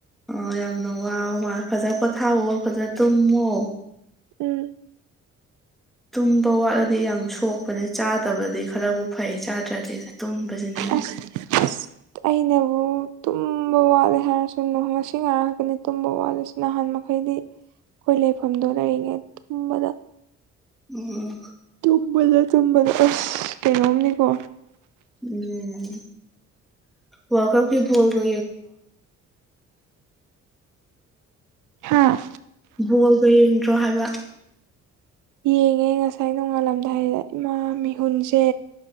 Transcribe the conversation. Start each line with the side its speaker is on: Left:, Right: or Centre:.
Centre: ꯑ ꯌꯥꯝꯅ ꯋꯥ ꯃꯥ ꯐꯖ ꯄꯣꯊꯥꯑꯣꯣ ꯐꯖ ꯇꯨꯝꯃꯣ
Right: ꯎꯝ
Centre: ꯇꯨꯝꯕ ꯋꯥꯠꯂꯗꯤ ꯌꯥꯝ ꯁꯣꯛꯄꯅꯦ ꯆꯥꯗꯕꯗꯤ ꯈꯔꯕꯨ ꯐꯩ ꯆꯥꯗ꯭ꯔꯗꯤ ꯊꯨꯝ ꯖꯅꯤꯌꯥꯝꯝ
Right: ꯑꯁ ꯑꯁ ꯑꯩꯅꯕꯨ ꯇꯨꯝꯕ ꯋꯥꯠꯂꯦ ꯍꯥꯏꯔꯁꯨꯅ ꯉꯁꯤ ꯉꯔꯛꯑꯒꯅꯤ ꯇꯨꯝꯕ ꯋꯥꯠꯂꯤꯁꯤ ꯅꯍꯥꯟ ꯍꯥꯏꯣꯏꯗꯤ ꯑꯩꯈꯣꯏ ꯂꯩꯐꯝꯗꯣ ꯂꯩꯔꯤꯉꯩ ꯇꯨꯝꯕꯗ
Centre: ꯎꯝ
Right: ꯆꯨꯝꯕꯂ ꯆꯨꯝꯕꯗ ꯑꯁ ꯀꯩꯅꯣꯝꯅꯤꯀꯣ
Centre: ꯎꯝ ꯋꯥꯔ ꯀꯞꯀꯤꯕꯣꯜꯒ꯭ꯔ
Right: ꯍꯥꯥ
Centre: ꯕꯣꯜꯒ ꯌꯦꯡꯗ꯭ꯔꯣ ꯍꯥꯏꯕ
Right: ꯌꯦꯡꯉꯦ ꯉꯁꯥꯏ ꯅꯣꯡꯉꯥꯜꯂꯝꯗꯥꯏꯗ ꯏꯃꯥ ꯃꯤꯍꯨꯟꯁꯦ